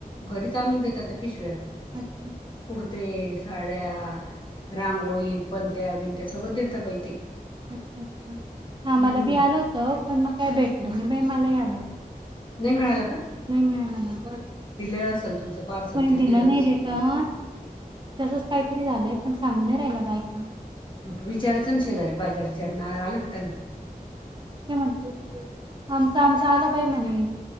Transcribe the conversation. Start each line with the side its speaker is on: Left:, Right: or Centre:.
Left: घरीच आणून देतात त्या पिशव्या
Right: अच्छा अच्छा
Left: कुड ते साड्या रांगोळी पणंत्या बिंत्या सगळं देत पाहि ते
Right: अच्छा अच्छा हा
Left: हम्म
Right: मला बी आल होतं पण मग काय भेटलं नाही बा मला याव
Left: नाही मिळाला
Right: नाही मिळाला ना बर
Left: असेल तुमचं पार्सल
Right: कोणी
Left: ते
Right: दिला
Left: दिलं
Right: नाही
Left: नसेल
Right: रिटन
Left: तुम्हाला
Right: तसच काहीतरी झालंय पण सांगू नाही राहिला बायक
Left: मग विचारायचं ना शेजारी पाहिजारीच्याना आले का त्यांना
Right: ते म्हट आमचं आमचं आलं पाई म्हणे